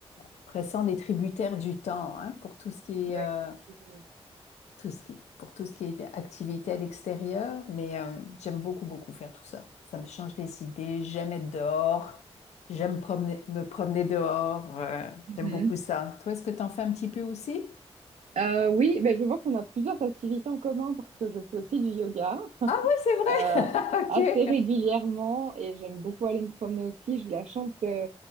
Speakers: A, on the left (about 90°); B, on the right (about 70°).
A: après ça, on est tributaire du temps, hein, pour tout ce qui
B: Ouais,
A: est euh,
B: effectivement.
A: tout ce qui, pour tout ce qui est activité à l'extérieur, mais euh, j'aime beaucoup, beaucoup faire tout ça. Ça me change les idées, j'aime être dehors, j'aime promener- me promener dehors, euh,
B: Mhm.
A: j'aime beaucoup ça. Toi, est-ce que t'en fais un petit peu aussi?
B: Euh, oui, ben je vois qu'on a plusieurs activités en commun parce que je fais aussi du yoga
A: Ah oui, c'est
B: euh,
A: vrai! <laughs> Ok.
B: assez régulièrement et j'aime beaucoup aller me promener aussi. J'ai la chance de,